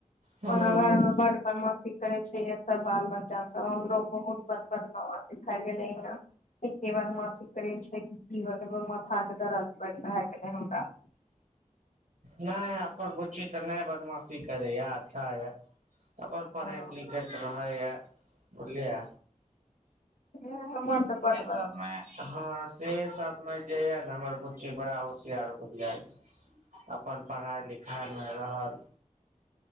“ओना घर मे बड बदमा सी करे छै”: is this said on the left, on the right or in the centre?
Left